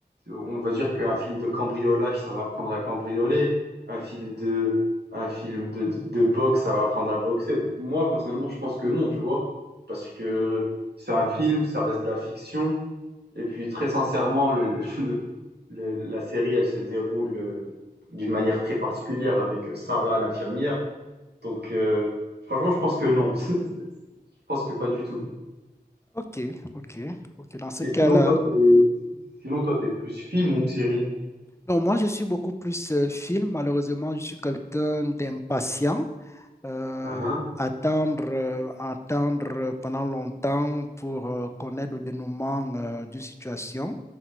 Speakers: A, on the right; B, on the left.
A: on va dire qu'un film de cambriolage, ça va apprendre à cambrioler. Un film de, un film de, de, de boxe, ça va apprendre à boxer. Donc moi, personnellement, je pense que non, tu vois, parce que c'est un film, ça reste de la fiction. Et puis, très sincèrement, le, le- le- le- la série, elle se déroule euh, d'une manière très particulière avec Sarah, l'infirmière. Donc, euh, franchement, je pense que non. <laughs> Je pense que pas du tout.
B: Ok, ok, ok. Dans ce
A: Et
B: cas-là,
A: sinon, toi, t'es, sinon, toi, t'es plus film ou série?
B: non, moi je suis beaucoup plus euh, film. Malheureusement, je suis quelqu'un d'impatient. euh,
A: Ah,
B: attendre, euh, attendre pendant longtemps pour euh, connaître le dénouement euh, d'une situation.